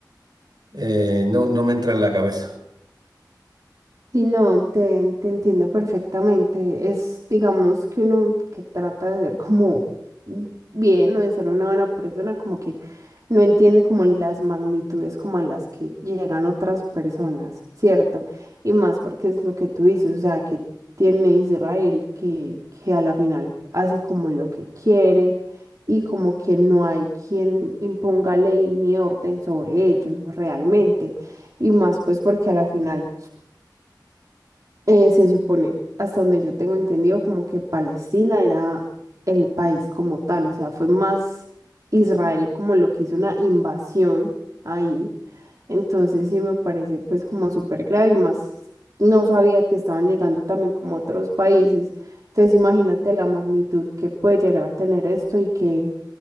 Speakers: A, on the right; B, on the right.
A: Eh, no, no me entra en la cabeza.
B: Sí, no, te, te entiendo perfectamente. Es, digamos, que uno que trata de ser como bien o de ser una buena persona, como que no entiende como las magnitudes como a las que llegan otras personas, ¿cierto? Y más porque es lo que tú dices, o sea, que tiene Israel que, que a la final hace como lo que quiere y como que no hay quien imponga ley ni orden sobre ellos realmente. Y más pues porque a la final eh, se supone, hasta donde yo tengo entendido, como que Palestina era el país como tal, o sea, fue más Israel como lo que hizo una invasión ahí. Entonces sí me parece pues como súper grave y más no sabía que estaban llegando también como otros países. Entonces imagínate la magnitud que puede llegar a tener esto y que